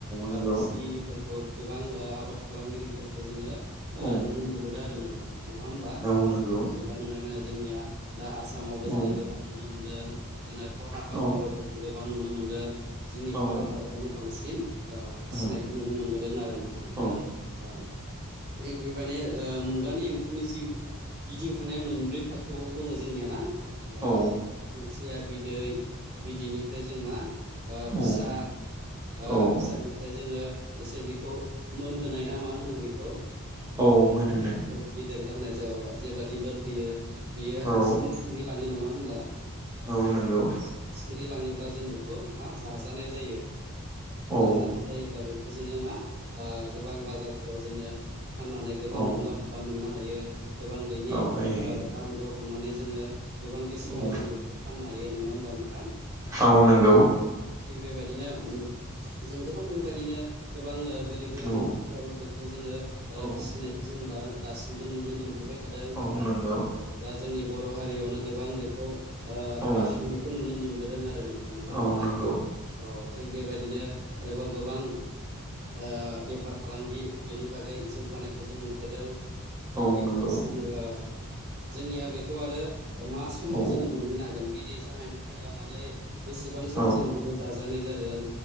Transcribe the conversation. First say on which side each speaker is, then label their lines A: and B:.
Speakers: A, on the right; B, on the right.
A: नंगौ
B: फिसिगिरिफोरखौ गोबां ओ आबाद खालामगिरिफोरखौ जोंङो ओ
A: औ
B: नुनो मोनबोदों आरो नोंथां। नङा होमब्ला
A: औ नंगौ
B: जों दा नुनाय मोनो जोंनिया दा आसामावबो
A: औ
B: जोङो गोबां नुनो मोनदों। जोंना कर्नाटकफोरावबो
A: औ
B: जों गोबां नुनो मोनदों जोंनि
A: औ
B: भारत हादरावनो बांसिन ओ
A: औ
B: फिनायखौ
A: औ
B: नुनो मोनबोदों आरो नोंथां
A: औ
B: ओं थिग बेबायदिनो ओ मुगानि एम्फौनि जि गिदिंखांनाया मोनब्रै थाखोआव दङ जोंनिया ना? ओ
A: औ
B: मोनसेया बिदै बिदैनिफ्राय जों मा ओ
A: औ
B: फिसा ओ
A: औ
B: फिसानिफ्राय जोङो एसे बेखौ मोनहोनाय ना मा होनो बेखौ
A: औ मोनहोनाय
B: ओ <inaudible> गेदेर जाहोनाय जाया जेबादि मोनहोयो बियो हारसिंनो
A: औ
B: सिरि लाङो नङा होमब्ला।
A: औ नंगौ
B: ओ सिरि लाङो ब्ला जों बेखौ मा जाजानाय जायो
A: औ
B: जाजानाय जायोब्ला बेखौ जोंङो मा। ओ गोबां बाजारफोराव जोङो फाननानै गोबां
A: औ
B: मुलाम्फा मोननो हायो। गोबां बेनि
A: औ हायो हायो
B: ओ दाम दर हमनानै जोङो। गोबां बेसेनाव
A: औ
B: जों बेखौ फाननो हायो नङा होमबा नोंथां
A: औ नंगौ
B: थिग बेबाय दिनो ओम जों गोबां बेबायदिनो गोबां ओ गोरिब गोरिब
A: औ
B: न'खरफोराबो बेखौ जोङो ओ
A: औ
B: फिसिनायखौ जों दा-दासिमबो नुनो मोन नुबाय थादों
A: औ नंगौ
B: ओ दा जोंनि बर' हारियावनो गोबां बेखौ ओ
A: औ
B: बाहायनायखौ नुनो मोनबोदों आरो नोंथां नङा होमबा
A: औ नंगौ
B: अ थिग बेबायदिनो आरोबाव गोबां ओ बेफार फालांगि बेनि बागै जौगानायखौ जों नुबोदों।
A: औ
B: बेखौ
A: नंगौ
B: फिनानै ओ जोंनिया बेखौ आरो मा समाव
A: औ
B: जोङो मोनहैनो हागोन बिदै जानायनिफ्राय लानानै बेसेबां समसिम
A: औ
B: बेयो जा जाजानाय जागोन